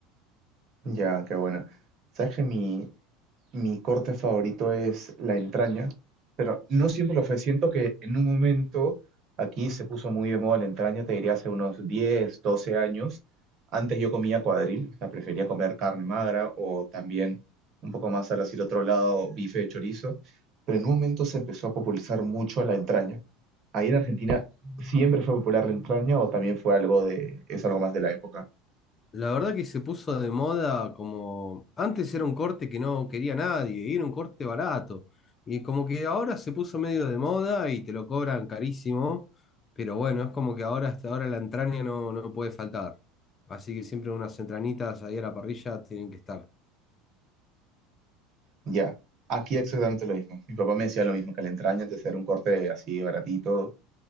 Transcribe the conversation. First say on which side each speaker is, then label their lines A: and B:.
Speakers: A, on the right (about 45°); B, on the left (about 25°).
A: Ya, qué buena. ¿Sabes que mi, Mi corte favorito es la entraña, pero no siempre lo fue. Siento que en un momento aquí se puso muy de moda la entraña, te diría hace unos 10, 12 años. Antes yo comía cuadril, o sea, prefería comer carne magra o también un poco más al hacia el otro lado, bife de chorizo, pero en un momento se empezó a popularizar mucho la entraña. Ahí en Argentina siempre fue popular la entraña o también fue algo de, es algo más de la época.
B: La verdad que se puso de moda como antes era un corte que no quería nadie, y era un corte barato. Y como que ahora se puso medio de moda y te lo cobran carísimo, pero bueno, es como que ahora hasta ahora la entraña no, no puede faltar. Así que siempre unas entrañitas ahí a la parrilla tienen que estar.
A: Ya, aquí exactamente lo mismo. Mi papá me decía lo mismo, que la entraña antes era un corte así baratito,